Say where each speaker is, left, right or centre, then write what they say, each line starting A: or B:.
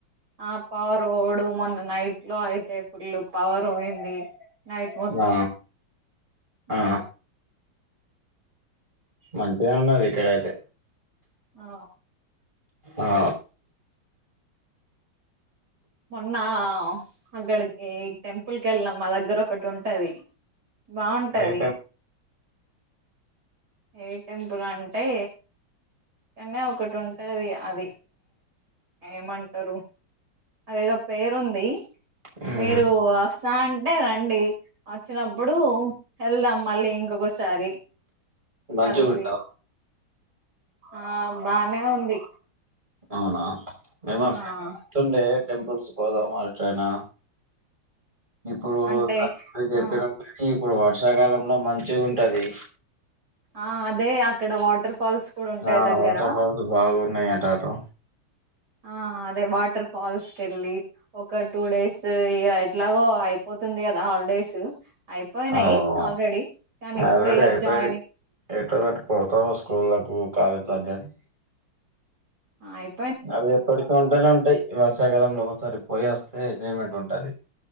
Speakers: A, on the right; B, on the right.
A: ఆ పవర్ ఓడు మొన్న నైట్ లో అయితే ఫుల్ పవర్ పోయింది నైట్ మొత్తం
B: ఆ! ఆ!
A: ఊ
B: మంచిగానె ఉన్నది ఇక్కడ ఐతే
A: ఆ
B: ఆ
A: మొన్న అక్కడికి టెంపుల్కి వెళ్ళినాం మా దగ్గర ఒకటి ఉంటది బాగుంటది
B: అయితే
A: ఏ టెంపుల్ అంటే ఇక్కనే ఒకటి ఉంటది అది ఏమంటారు అదేదో పేరుంది
B: హ్మ్.
A: మీరు అస్ తా అంటే రండి వచ్చినప్పుడు వెళ్దాం మళ్ళీ ఇంకొకసారి
B: మంచిగుంటదా?
A: కలిసి ఆ బానే ఉంది
B: అవునా మేమ ఫ్రెతుండే
A: ఆ
B: టెంపుల్స్ పోదాం అటైనా ఇప్పుడు <unintelligible>
A: అంటే
B: చెప్పినం
A: ఆ
B: మేం మీ ఇప్పుడు వర్షాకాలంల మంచిగ ఉంటది
A: ఆ అదే అక్కడ వాటర్ ఫాల్స్ కూడా ఉంటాయి
B: ఆ
A: దగ్గర
B: వాటర్ ఫల్స్ బాగున్నాయి అట అటు
A: ఆ అదే వాటర్ ఫాల్స్ కేళ్ళి ఒక టూ డేస్ ఇగ ఎట్లాగో అయిపోతుంది కదా హాలిడేస్ అయిపోయినాయి
B: ఆహ్,
A: ఆల్రెడీ కానీ ఇప్పుడే
B: ఆల్రెడీ
A: గా
B: అయిపోయినాయి.
A: జాయిన్
B: ఎటో దట్ పోత స్కూళ్లకు కాలేజ్లకు గాని
A: ఆ ఇప్
B: అవి ఎప్పటికీ ఉంటనే ఉంటయ్ ఈ వర్షాకాలంలో ఒకసారి పోయొస్తే ఎంజాయ్మెంట్ ఉంటది